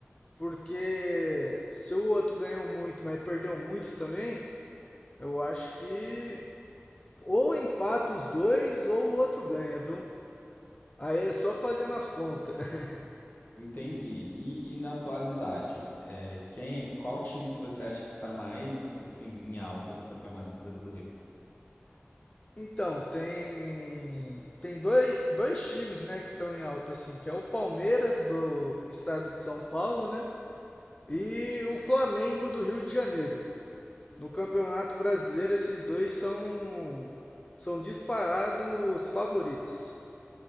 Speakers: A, on the left; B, on the left.
A: Porque se o outro ganhou muito, mas perdeu muito também, eu acho que ou empata os dois ou o outro ganha, viu? Aí é só fazendo as contas. <laughs>
B: Entendi. E, e na atualidade, é, quem, qual time que você acha que está mais assim em alta no Campeonato Brasileiro?
A: Então, tem tem dois, dois times, né, que estão em alta assim, que é o Palmeiras do estado de São Paulo, né? E o Flamengo do Rio de Janeiro. No Campeonato Brasileiro, esses dois são, são disparados favoritos.